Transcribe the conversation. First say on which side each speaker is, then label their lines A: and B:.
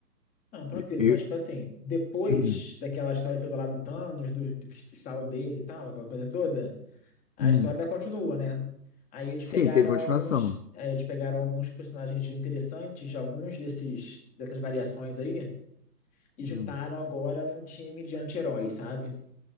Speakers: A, on the left; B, on the left.
A: Não, tranquilo,
B: E- Eu,
A: mas tipo assim, depois
B: hum,
A: daquela história toda lá do Thanos, do, do que estala o dedo e tal, aquela coisa toda, a
B: hum.
A: história ainda continua, né? Aí eles
B: Sim,
A: pegaram
B: teve continuação.
A: alguns. aí eles pegaram alguns personagens interessantes de alguns desses, dessas variações aí, e juntaram
B: Hum.
A: agora num time de anti-heróis, sabe?